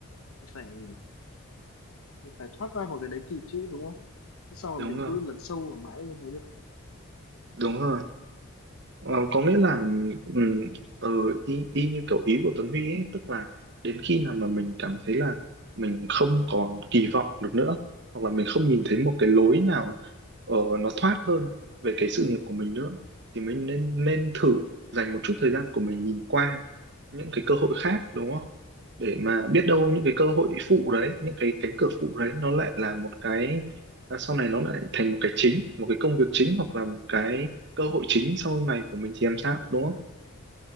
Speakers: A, on the left (about 75°); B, on the right (about 50°).
A: mình phải mình phải thoát ra khỏi cái đấy kịp chứ đúng không chứ sao
B: đúng
A: mà mình
B: rồi
A: cứ lấn sâu vào mãi như thế được
B: đúng rồi Ờ, có nghĩa là ừm, ờ, y, y như kiểu ý của Tuấn Huy ấy, tức là đến khi nào mà mình cảm thấy là mình không còn kỳ vọng được nữa hoặc là mình không nhìn thấy một cái lối nào ờ, nó thoát hơn về cái sự nghiệp của mình nữa thì mình nên nên thử dành một chút thời gian của mình nhìn qua những cái cơ hội khác đúng không? Để mà biết đâu những cái cơ hội phụ đấy, những cái cánh cửa phụ đấy nó lại là một cái là sau này nó lại thành một cái chính, một cái công việc chính hoặc là một cái cơ hội chính sau này của mình thì làm sao đúng không